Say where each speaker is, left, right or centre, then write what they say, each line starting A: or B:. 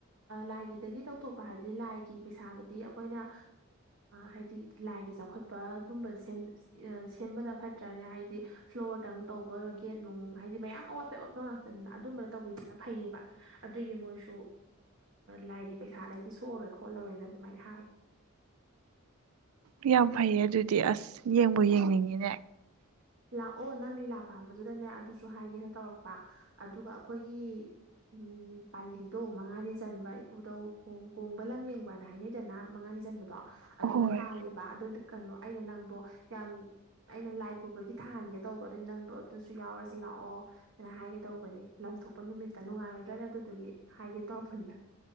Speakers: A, on the right; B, on the right.
A: ꯂꯥꯏꯒꯤꯗꯒꯤ ꯇꯧ ꯇꯣꯄ ꯍꯥꯏꯗꯨꯗꯤ ꯂꯥꯏꯒꯤ ꯄꯩꯁꯥꯗꯨꯗꯤ ꯑꯩꯈꯣꯏꯅ ꯍꯥꯏꯗꯤ ꯂꯥꯏꯒꯤ ꯆꯥꯎꯈꯠꯄ ꯑꯗꯨꯝꯕ ꯁꯦꯝꯕꯅ ꯐꯠꯇ꯭ꯔꯅ ꯍꯥꯏꯗꯤ ꯐ꯭ꯂꯣꯔꯗꯪ ꯇꯧꯕ ꯑꯣꯏꯔꯣ ꯒꯦꯠ ꯅꯨꯡ ꯍꯥꯏꯗꯤ ꯃꯌꯥꯝ ꯑꯦꯄ ꯉꯥꯛꯇꯗ ꯑꯗꯨꯝꯕ ꯇꯧꯕꯤꯕꯅ ꯐꯩꯌꯦꯕ ꯑꯗꯨꯒꯤ ꯃꯣꯏꯁꯨ ꯂꯥꯏꯒꯤ ꯄꯩꯁꯥꯗꯩꯗꯤ ꯁꯣꯛꯑꯣꯔꯣꯏ ꯈꯣꯠꯂꯧꯔꯦꯅ ꯑꯗꯨꯃꯥꯏꯅ ꯍꯥꯏ
B: ꯌꯥꯝ ꯐꯩꯌꯦ ꯑꯗꯨꯗꯤ ꯑꯁ ꯌꯦꯡꯕ ꯌꯦꯡꯅꯤꯡꯉꯤꯅꯦ
A: ꯂꯥꯛꯑꯣ ꯅꯪ ꯂꯤꯂꯥ ꯄꯥꯝꯕꯗꯨꯗꯅꯦ ꯑꯗꯨꯁꯨ ꯍꯥꯏꯒꯦꯅ ꯇꯧꯔꯛꯄ ꯑꯗꯨꯒ ꯑꯩꯈꯣꯏꯒꯤ ꯎꯝ ꯄꯥꯜꯂꯤꯗꯣ ꯃꯉꯥꯅꯤ ꯆꯟꯕ ꯏꯄꯨꯗꯧꯣꯡ ꯀꯣꯡꯕ ꯂꯝ ꯌꯦꯡꯕꯅ ꯍꯥꯏꯅꯩ ꯁꯤꯗꯅ ꯃꯉꯥꯅꯤ ꯆꯟꯕꯗꯣ ꯑꯗꯨꯗ
B: ꯍꯣꯏ
A: ꯇꯥꯏꯌꯦꯕ ꯑꯗꯨ ꯀꯩꯅꯣ ꯑꯩꯅ ꯅꯪꯗꯣ ꯌꯥꯝ ꯑꯩꯅ ꯂꯥꯏ ꯁꯥꯍꯟꯒꯦ ꯇꯧꯕ ꯑꯗꯨꯏ ꯅꯪꯗꯣ ꯑꯗꯨꯁꯨ ꯌꯥꯎꯔꯁꯤ ꯂꯥꯛꯑꯣ ꯍꯥꯏꯅ ꯍꯥꯏꯒꯦ ꯇꯧꯕꯅꯤ ꯂꯝ ꯊꯣꯛꯣꯛꯄ ꯅꯨꯃꯤꯠꯇ ꯅꯨꯡꯉꯥꯏꯔ ꯠꯇ꯭ꯔꯅꯦ ꯑꯗꯨꯗꯨꯒꯤ ꯍꯥꯏꯒꯦ ꯇꯧꯔꯛꯄꯅꯤꯗ